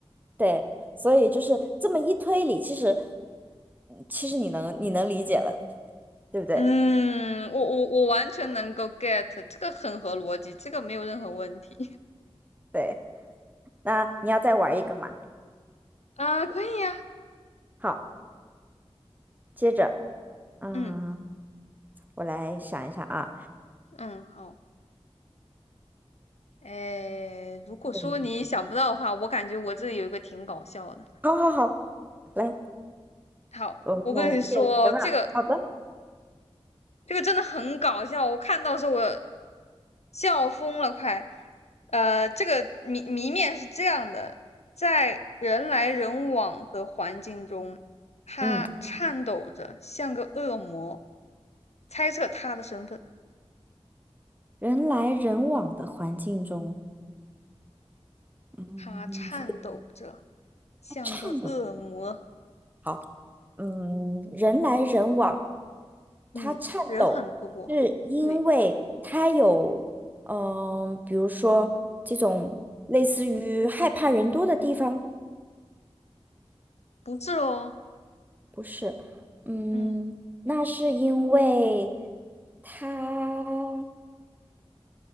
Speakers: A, on the right (about 15°); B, on the left (about 85°).
A: 对，所以就是这么一推理，其实嗯其实你能你能理解了，对不对？
B: 嗯，我我我完全能够 get，这个很合逻辑，这个没有任何问题
A: 对，那你要再玩一个嘛？
B: 啊，可以呀、
A: 好，接着，嗯，
B: 嗯。
A: 我来想一下啊。
B: 嗯，好。诶，如果说你想不到的话，
A: 嗯，
B: 我感觉我这里有一个挺搞笑的。
A: 好好好，来，
B: 好，
A: 我们来验人一个
B: 我跟你说，
A: round
B: 这个
A: 好的。
B: 这个真的很搞笑，我看到的时候我笑疯了，快。呃，这个谜谜面是这样的，在人来人往的环境中，他颤抖着，
A: 嗯，
B: 像个恶魔。猜测他的身份，
A: 人来人往的环境中，嗯，
B: 他颤抖着，像个恶魔。
A: <laughs> 颤抖。好，嗯，人来人往。
B: 嗯，
A: 他颤抖是因为他有，
B: 人很多，对。
A: 嗯、比如说这种类似于害怕人多的地方，
B: 不是哦，
A: 不是，嗯，
B: 嗯，
A: 那是因为他